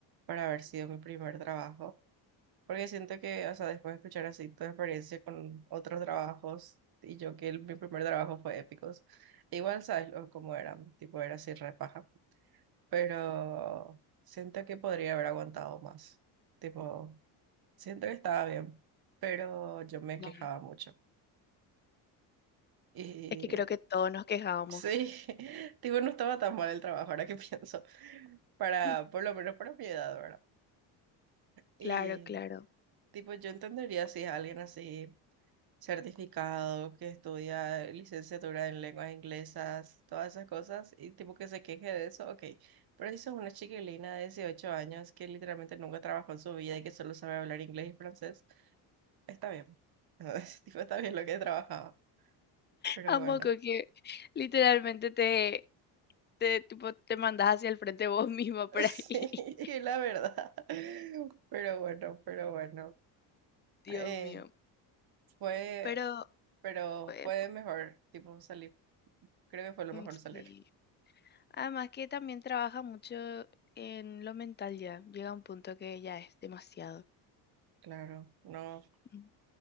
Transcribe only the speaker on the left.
Bueno,
es que creo que todos nos quejábamos.
<laughs>
Claro, claro.
A
moco que literalmente te te, tipo, te mandas hacia el frente vos <laughs> mismo por
ahí. <laughs>
Dios
mío.
Pero
eh,
mm,
sí. Además que también trabaja mucho en lo mental ya. Llega a un punto que ya es demasiado.
Mm,